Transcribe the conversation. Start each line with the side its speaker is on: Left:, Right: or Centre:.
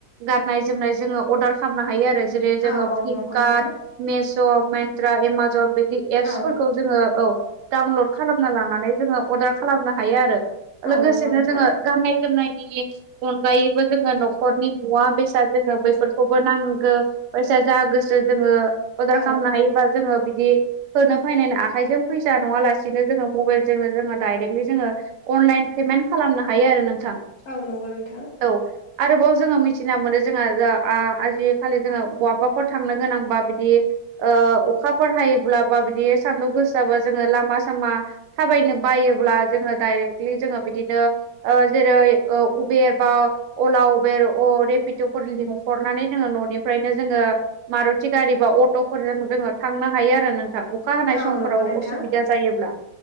Right: गाननाय-जोमनाय जोङो अर्डार खालामनो हायो आरो जेरै जोङो
Left: औ औ
Right: फ्लिपकार्ट
Left: नंगौ नोंथां
Right: मेस', मेत्रा, एमज'न बिदि एप्सफोर
Left: औ
Right: खौ जोङो औ डाउनलड खालामना लानानै जोंङो अर्डार खालामनो हायो आरो।
Left: औ
Right: लोगोसेनो
Left: नंगौ नोंथां
Right: जोङो गाननाय-जोमनायनि अनगायैबो जोंङो न'खरनि मुवा-बेसाद जोङो बैफोरखोबो नांगो। फैसा जा गोसो जोंङो अर्दार
Left: औ
Right: खामनो हायो बा जोंङो बिदि होनो फायनायनि आखाइजों फैसा नंङालासिनो जोङो मबाइलजोंनो जोङो डाइरेक्टलि जोङो अनलाइन पेमेन्ट खालामनो हायो आरो नोंथां।
Left: औ नंगौ नोंथां।
Right: औ। आरोबाव जोङो मिथिना मोनो जोङो ओ आ-आजिखालि जोङो बहाबाफोर थांनो गोनांबा बिदि ओ अखाफोर हायोब्ला बा बिदि सान्दुं गोसाबा जोङो लामा सामा थाबायनो बायोब्ला जोङो डाइरेक्टलि जोङो बिदिनो ओ जेरै ओ उबेर बा अलाव, बेर अ रेपिट'फोर लिंहरनानै जोङो न'निफ्रायनो जोङो मारुथि गारि बा अट'फोरजों जोङो थांनो हायो आरो नोंथां। अखा हानाय
Left: औ
Right: समफोराव
Left: नंगौ नोंथां
Right: असुबिदा जायोब्ला